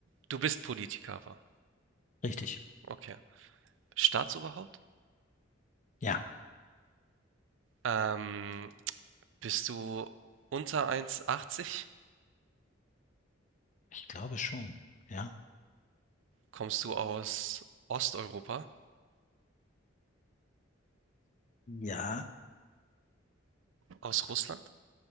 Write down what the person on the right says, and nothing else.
du bist Politiker, aber.
Okay. Staatsoberhaupt?
Ähm, bist du unter 1,80?
Kommst du aus Osteuropa?
Aus Russland?